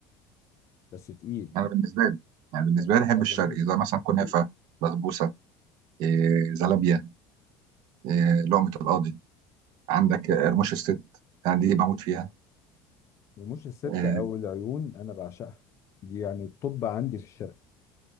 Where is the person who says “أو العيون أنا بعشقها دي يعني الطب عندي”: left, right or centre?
Left